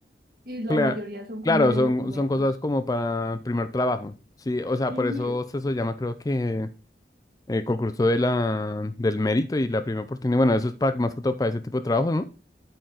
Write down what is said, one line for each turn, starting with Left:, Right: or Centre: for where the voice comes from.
Right: y la
Left: Claro,
Right: mayoría son como
Left: claro,
Right: de
Left: son,
Right: documentos.
Left: son cosas como para primer trabajo. Sí, o sea,
Right: Ujú.
Left: por eso se eso llama, creo que eh, concurso de la, del mérito y la primera oportunidad. Bueno, eso es para, más que todo para ese tipo de trabajos ¿no?